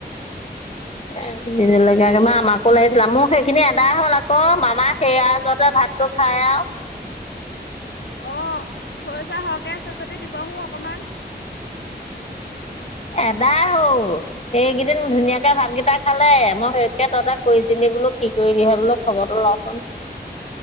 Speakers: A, on the left (about 35°); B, on the left (about 80°).
A: এ বিহ জলকীয়া <unintelligible> আমাকো লাগিছিলে, মোৰ সেইখিনি আদায় হ'ল আকৌ মামা সেইয়াজোৰতে ভাতটো খাই আ। <inaudible>
B: অ', খৰিচা সহকে আছে যদি দিবহো অকমান।
A: আদায় হ'ল সেইকেইদিন ধুনীয়াকে ভাতকেইটা খালে, মই সেইতকে তহঁতক কৈছিলি। বোলো কি কৰি হেয়া বোলো খবৰটো লওঁচোন।